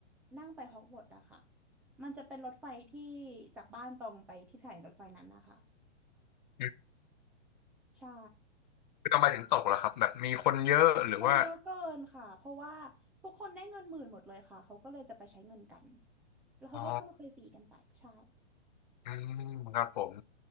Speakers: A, in the centre; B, on the left.
A: นั่งไปฮอกวอตส์อะค่ะมันจะเป็นรถไฟที่จากบ้านตองไปที่สถานีรถไฟนั้นนะคะ
B: อืม
A: ใช่
B: คือทำไมถึงตกล่ะครับแบบมีคนเยอะหรือว่า
A: คนเยอะเกินค่ะเพราะว่าทุกคนได้เงินหมื่นหมดเลยค่ะเขาก็เลยจะไปใช้เงินกันแล้วเขาก็ขึ้นรไปฟรีกันไปใช่
B: อ๋ออืมครับผม